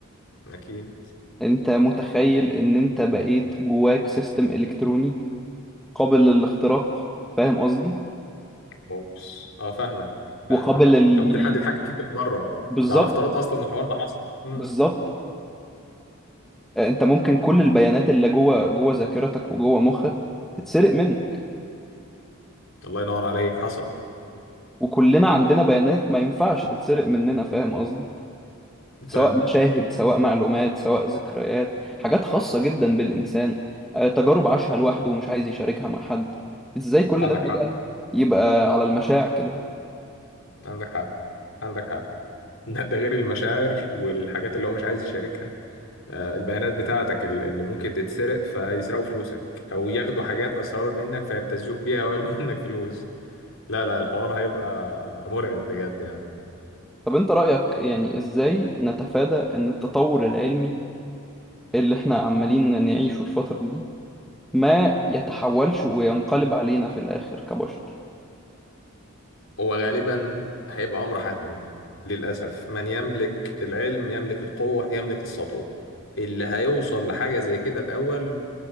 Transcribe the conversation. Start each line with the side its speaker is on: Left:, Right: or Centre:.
Left: اكيد
Centre: انت متخيل ان انت بقيت جواك سيستم الكتروني قابل للاختراق فاهم قصدي
Left: اوبس اه فاهمك فاهمك
Centre: وقابل لل...
Left: انت ممكن حد يتحكم فيك من بره
Centre: بالظبط
Left: ده على افتراض اصلا إن الحوار ده حصل امم
Centre: بالظبط آه، انت ممكن كل البيانات اللي جوه جوه ذاكرتك وجوه مخك تتسرق منك
Left: الله ينور عليك حصل
Centre: وكلنا عندنا بيانات ما ينفعش تتسرق مننا فاهم قصدي سواء
Left: فاهم
Centre: مشاهد سواء معلومات سواء ذكريات حاجات خاصة جدا بالإنسان آه، تجارب عاشها لوحده ومش عايز يشاركها مع حد إزاي كل
Left: عندك
Centre: ده فجأة
Left: حق
Centre: يبقى على المشاع كده
Left: عندك حق عندك حق <laughs> ده, ده غير المشاعر والحاجات اللي هو مش عايز يشاركها آه البيانات بتاعتك ال- اللي ممكن تتسرق فيسرقوا فلوسك او ياخدوا حاجات اسرار منك فيبتزوك بيها وياخدوا <laughs> منك فلوس لا لا الحوار هيبقى مرعب بجد يعني
Centre: طب أنت رأيك يعني إزاي نتفادى إن التطور العلمي اللي إحنا عمالين نعيشه الفترة دي ما يتحولش وينقلب علينا في الآخر كبشر
Left: هو غالبا هيبقى أمر حتمي للأسف من يملك العلم يملك القوة يملك السطوة اللي هيوصل لحاجة زي كده الأول